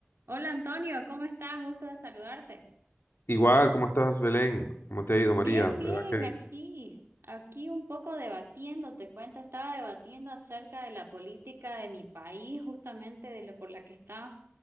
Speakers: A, on the right (about 75°); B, on the left (about 65°).
A: Hola Antonio, ¿cómo estás? Gusto de saludarte.
B: Igual, ¿cómo estás, Belén? ¿Cómo te ha ido,
A: Bien,
B: María? ¿Verdad
A: bien,
B: que?
A: aquí, aquí un poco debatiendo, te cuento, estaba debatiendo acerca de la política de mi país, justamente de lo por la que estaba